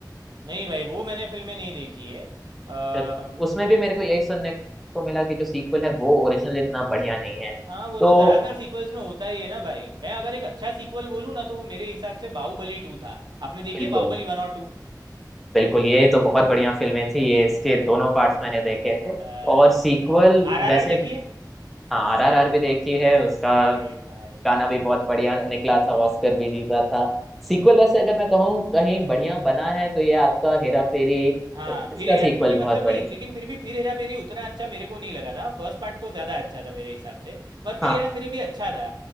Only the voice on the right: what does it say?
नहीं भाई वो मैंने फिल्में नहीं देखी है अ,
वो
तो
हाँ वो
तो ज्यादातर सीक्वल्स में होता ही है ना भाई मैं अगर एक अच्छा सीक्वल बोलूँ ना तो वो मेरे हिसाब से बाहुबली टू था आपने देखी
है बाहुबली वन और टू
अच्छा
तो आरआरआर
देखिए
अरे भाई
तो
हाँ
फिर हेरा
फेरी मतलब
नहीं लेकिन फिर भी फिर हेरा फेरी उतना अच्छा मेरे को नहीं लगा था फर्स्ट पार्ट तो ज़्यादा अच्छा था मेरे हिसाब से पर फिर
हेरा फेरी भी अच्छा था